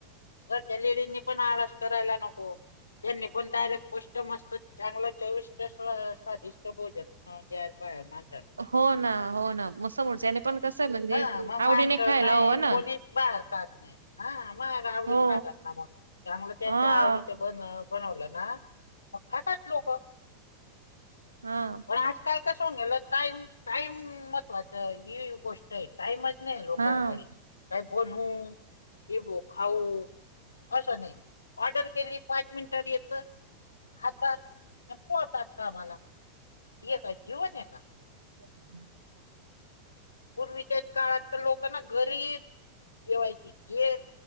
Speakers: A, on the left; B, on the right.
A: घरच्या लेडींनी पण आळास करायला नको. त्यांनी पण डायरेक्ट पोष्ट मस्त चांगलं चवीष्ट स्वादिष्ट. भोजन तर पाया माझ <unintelligible>
B: हो ना हो ना मग समोरच्याने पण कसं म्हणजे
A: हा मग माणसं
B: आवडीने खायला
A: नाही
B: हवं ना
A: कोणीच बाहेर खात नाही ह मग आ- <unintelligible>
B: हो
A: त्यामुळं त्यांच्या
B: हा
A: आवडीचं बन बनवलं ना मग खातात लोकं.
B: हा
A: पण आजकाल कस हो गेलं टाईम टाईम महत्वाचं ही गोष्ट आहे. टाईमच नाही लोकांकडे
B: हा
A: काही बनवू क बो खाऊ असं नाही ऑर्डर केली पाच मिनिटात येतं खातात आणि पळतात कामला ये का जीवन आहे का?
B: <inaudible>
A: पूर्वीच्याच काळात तर लोकांना घरीच जेवायचे जे